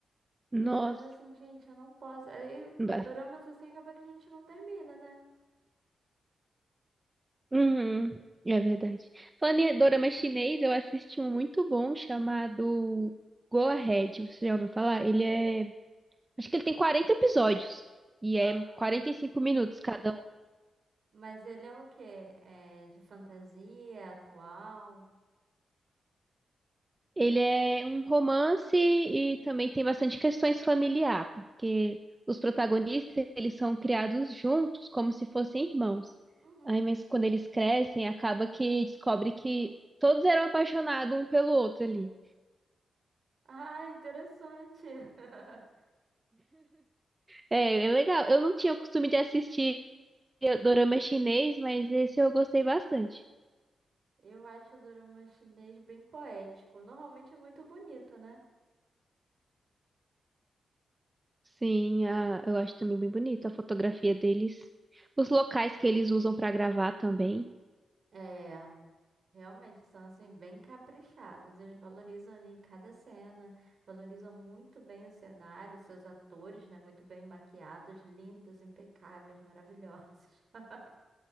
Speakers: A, on the right (about 20°); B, on the right (about 60°).
A: Nossa.
B: E eu ficava assim, gente, eu não posso. Aí,
A: Ba-
B: doramas assim acaba que a gente não termina, né?
A: Uhum, é verdade. Falando em dorama chinês, eu assisti um muito bom chamado Go Ahead. Você já ouviu falar? Ele é. Acho que ele tem 40 episódios. E é
B: Aham.
A: 45 minutos cada
B: Mas ele é o quê? É de fantasia, atual?
A: Ele é um romance e também tem bastante questões familiar, porque os protagonistas, eles são criados juntos, como se fossem irmãos.
B: Uhum.
A: Aí, mas quando eles crescem, acaba que descobre que todos eram apaixonados um pelo outro ali.
B: Ah, interessante. <laughs>
A: É, é legal. Eu não tinha o costume de assistir dorama chinês, mas esse eu gostei bastante.
B: Eu acho o dorama chinês bem poético. Normalmente é muito bonito, né?
A: Sim, a- eu acho também bem bonito a fotografia deles. Os locais que eles usam para gravar também.
B: É. Realmente são assim bem caprichados. Eles valorizam ali cada cena, valorizam muito bem o cenário, seus atores, né, muito bem maquiados, lindos, impecáveis, maravilhosos. <laughs>